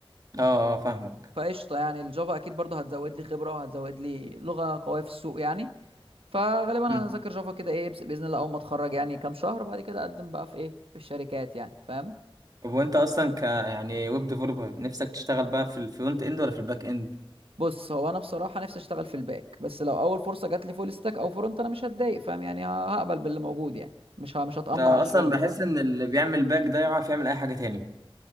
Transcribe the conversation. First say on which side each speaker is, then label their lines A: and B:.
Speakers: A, on the right; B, on the right.
A: اه اه فاهمك
B: فقشطه يعني الجافا اكيد برضه هتزود لي خبره وهتزود لي لغه قويه في السوق يعني فغالبا
A: مم.
B: هذاكر جافا كده ايه بس- باذن الله اول ما اتخرج يعني كام شهر بعد كده اقدم بقى في ايه في الشركات يعني فاهم
A: طب وانت اصلا ك يعني ويب ديفلوبر نفسك تشتغل بقى في الفرونت اند ولا في الباك اند
B: بص هو انا بصراحه نفسي اشتغل في الباك بس لو اول فرصه جات لي فول ستاك او فرونت انا مش هتضايق فاهم يعني هقبل باللي موجود يعني مش ه- مش هتأمر
A: اه
B: على الشغل
A: اصلا بحس
B: فاهم
A: ان اللي بيعمل باك ده يعرف يعمل اي حاجة تاني